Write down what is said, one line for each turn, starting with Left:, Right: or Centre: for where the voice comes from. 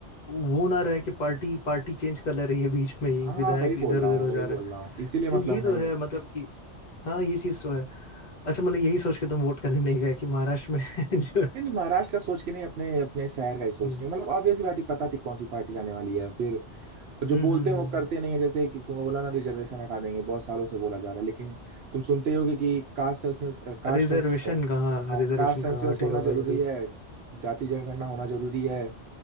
Left: वो ना रहे कि पार्टी पार्टी चेंज कर ले रही है बीच में ही
Right: हाँ
Left: विधायक
Right: वही बोल
Left: इधर
Right: रहा
Left: उधर
Right: हूँ
Left: हो
Right: वही
Left: जा
Right: बोल
Left: रहा है
Right: रहा हूँ इसीलिए
Left: तो
Right: मतलब
Left: ये तो
Right: नहीं
Left: है मतलब कि हाँ ये चीज तो है अच्छा मतलब यही सोच के तुम वोट करने नहीं गए कि महाराष्ट्र में <laughs> जो
Right: नहीं नहीं महाराष्ट्र का सोच के नहीं अपने अपने शहर का ही सोच
Left: हम्म
Right: के मतलब ऑब्वियस बात है पता थी कौन सी पार्टी आने वाली है फिर जो
Left: हम्म
Right: बोलते
Left: हम्म
Right: हैं
Left: हम्म,
Right: वो
Left: हम्म।
Right: करते नहीं है जैसे कि तुमको बोला ना रिजर्वेशन हटा देंगे बहुत सालों से बोला जा रहा है लेकिन तुम सुनते ही होगे कि कास्ट सेंसस कास्ट
Left: रिजर्वेशन
Right: सेंस
Left: कहाँ
Right: हाँ,
Left: रिजर्वेशन
Right: कास्ट सेंसस
Left: कहाँ हटेगा
Right: होना जरूरी
Left: भाई अभी
Right: है जाति जनगणना होना जरूरी है